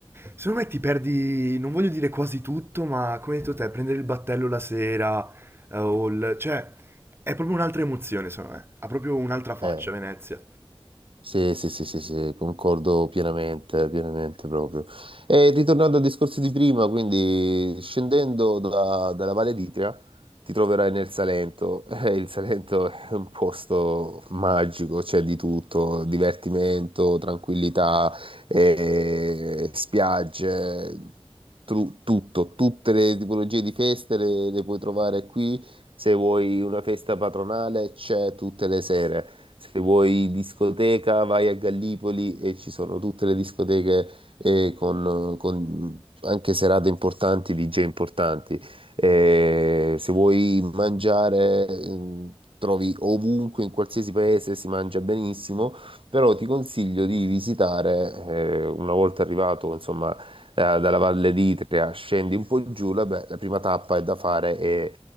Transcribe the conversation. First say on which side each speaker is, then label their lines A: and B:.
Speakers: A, on the right; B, on the right.
A: secondo me ti perdi, non voglio dire quasi tutto, ma come hai detto te, prendere il battello la sera, eh, o il- cioè... È proprio un'altra emozione, secondo me. Ha proprio un'altra faccia
B: eh,
A: Venezia.
B: Sì, sì, sì, sì, sì, concordo pienamente, pienamente proprio. E ritornando al discorso di prima, quindi scendendo da- dalla Valle d'Itria, ti troverai nel Salento. <laughs> Eh, il Salento è un posto magico, c'è di tutto, divertimento, tranquillità, eh, spiagge, tru- tutto, tutte le tipologie di feste le le puoi trovare qui. Se vuoi una festa patronale, c'è tutte le sere. Se vuoi discoteca, vai a Gallipoli e ci sono tutte le discoteche eh, con, con anche serate importanti, DJ importanti. Eh, se vuoi mangiare, ehm, trovi ovunque, in qualsiasi paese si mangia benissimo, però ti consiglio di visitare, eh, una volta arrivato, insomma, eh, dalla Valle d'Itria, scendi un po' giù, la, be- la prima tappa è da fare è